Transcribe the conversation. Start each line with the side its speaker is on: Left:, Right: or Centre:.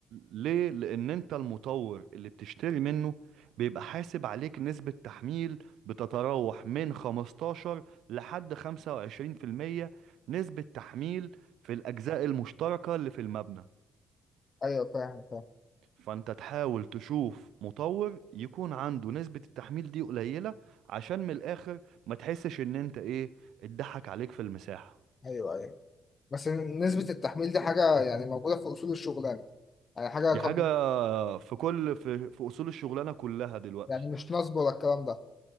Right: ليه لان انت المطور اللي بتشتري منه بيبقى حاسب عليك نسبة تحميل بتتراوح من 15 لحد 25% نسبة تحميل في الأجزاء المشتركة اللي في المبنى
Left: ايوه فاهم فاهم
Right: فأنت تحاول تشوف مطور يكون عنده نسبة التحميل دي قليلة عشان من الآخر ما تحسش إن أنت إيه اتضحك عليك في المساحة
Left: ايوه ايوه بس نسبه التحميل دي حاجه يعني موجوده في اصول الشغلانه يعني حاجة
Right: دي
Left: كم...
Right: حاجة في كل في في أصول الشغلانة كلها دلوقتي
Left: يعني مش نصب ولا الكلام ده